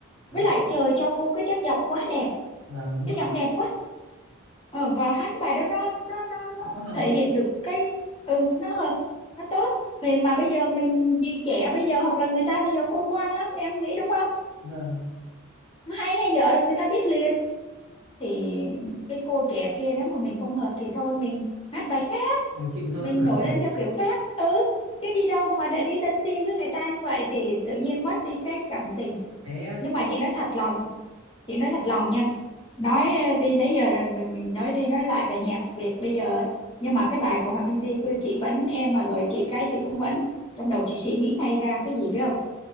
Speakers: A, on the right; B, on the left.
A: À,
B: với lại trời cho cô cái chất giọng quá đẹp
A: vâng đúng rồi.
B: cái giọng đẹp quá ờ, và hát cái bài đó nó nó nó
A: Nó
B: nó
A: Quá hợp
B: thể
A: đi.
B: hiện được cái ừ nó hợp nó tốt thì mà bây giờ mình đi trẻ bây giờ hoặc là người ta bây giờ khôn ngoan lắm em nghĩ đúng không
A: Vâng,
B: hay hay dở là người ta biết liền thì cái cô trẻ kia nếu mà mình không hợp thì thôi mình hát bài khác
A: đành chịu thôi.
B: mình
A: <laughs>
B: nổi lên theo kiểu khác ừ chứ đi đâu mà để đi sân si với người ta như vậy thì tự nhiên mất đi cái cảm tình
A: Cái
B: nhưng mà chị nói thật lòng chị nói thật lòng nha nói ờ, đi nãy giờ rồi mình, mình nói đi nói lại về nhạc Việt bây giờ ấy. nhưng mà cái bài của Hòa Minzy của chị vẫn em mà gửi chị cái chị cũng vẫn trong đầu chị suy nghĩ ngay ra cái gì biết không